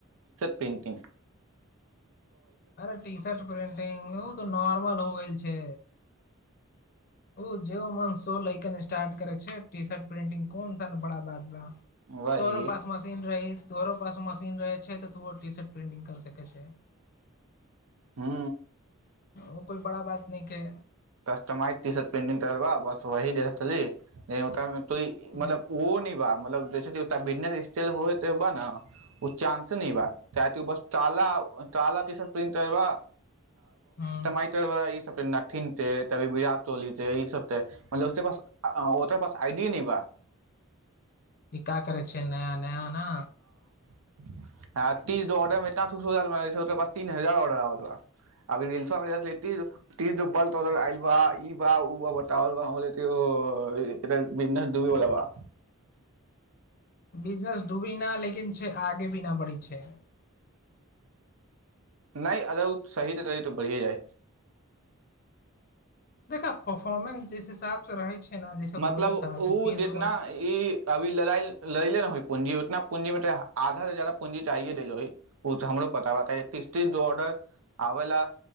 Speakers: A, on the right; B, on the left.
A: प्रेन्टिंग
B: अरे टी शर्ट प्रिंटिंग उ त नॉर्मल हो गेल छै ओ जे अो मन शो लइकन स्टार्ट करे छै टी शर्ट प्रिंटंग कोन सा न बड़ा बाद बा
A: वही
B: तोरो पास मशीन रही तोहरो पास मशीन रहै छै त तुहो टी शर्ट प्रिंटिंग करि सकै छै
A: हू
B: ओ कोइ बड़ा बात नहि खै
A: कस्टमइटीसर्ट पेन्टंग तब बस वही देव चलि ओ त <unintelligible> त
B: हूँ
A: मतलब ओइ न बा मतलब बिजनेस एक्सटेंड होइबा न चानंस ने बा बस ताला ताला तंा
B: हूँ
A: बटमा <unintelligible> तभी विराट कोहली तई सबे मतलब उस पास ओ तरा पास आइडिया न बा
B: ई का करै छै नया न्याने
A: आ तीस दह <unintelligible> छै <unintelligible> तीन हजार आर्डर आइल बा अभी <unintelligible>
B: बिजनेस डूबी न लेकिन छै आगे भी न बढ़ी छै
A: नहि अगर ओ सही तऽ सही तऽ बढ़ियए जाइ
B: देखा परफोर्मेंस जिस हिसाब स रहै छै ने जैसे
A: मतलब
B: बोलत रहा
A: ओ
B: तू तीस
A: जितना
B: गो
A: ई अभी लगाइल लै ले न होइ पूंजी उतना पूंजी मे त आधा से जादा पूँजी चाहिए देलो ओ त हमरो पता ब तीस तीस ऑर्डर आबै ला